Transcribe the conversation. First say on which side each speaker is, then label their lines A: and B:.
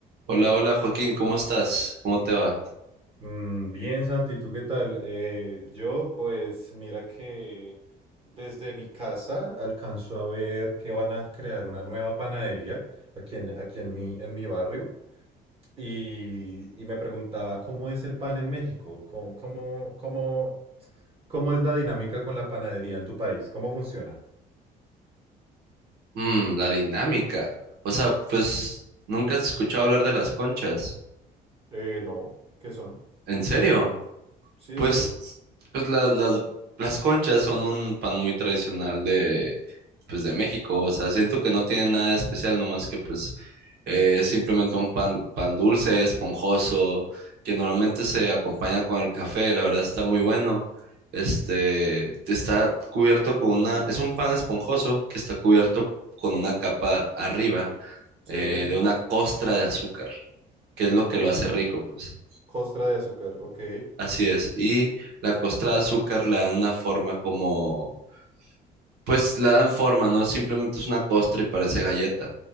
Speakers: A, on the right; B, on the right.
A: Hola, hola Joaquín, ¿cómo estás? ¿Cómo te va?
B: Mm, Bien, Santi, ¿tú qué tal? Eh, yo, pues, mira que desde mi casa alcanzo a ver que van a crear una nueva panadería aquí en, aquí en mi, en mi barrio y, y me preguntaba cómo es el pan en México, cómo, cómo, cómo, cómo es la dinámica con la panadería en tu país, cómo funciona.
A: Mm, la dinámica. O sea, pues nunca has escuchado hablar de las conchas.
B: Eh, no, ¿qué son?
A: ¿En serio?
B: Sí, en
A: Pues,
B: serio.
A: pues las, las, las conchas son un pan muy tradicional de, pues de México. O sea, siento que no tiene nada de especial, nomás que pues eh, es simplemente un pan, pan dulce, esponjoso, que normalmente se acompaña con el café. La verdad está muy bueno. Este, está cubierto con una, es un pan esponjoso que está cubierto con una capa arriba
B: Sí,
A: eh,
B: de
A: de una costra de azúcar, que es lo que
B: una
A: lo hace rico, pues.
B: costra de azúcar, ok,
A: Así es. Y la costra de azúcar le dan una forma como, pues le dan forma, no simplemente es una costra y parece galleta.